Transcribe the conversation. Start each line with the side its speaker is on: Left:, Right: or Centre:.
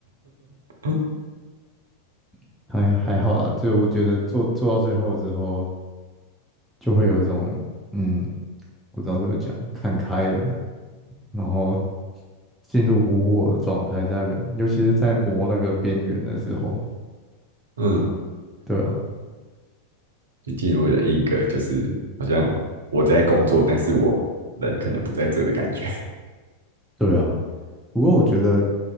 Right: <laughs>
Centre: <laughs> 还还好啦。就我觉得做做到最后之后，就会有一种嗯，不知道怎么讲，看开了，然后进入无我的状态在那边，尤其是在磨那个边缘的时候。
Right: 嗯，
Centre: 对啊，
Right: 就进入了一个就是好像我在工作，但是我人可能不在这的感觉。<laughs>
Centre: 对啊。不过我觉得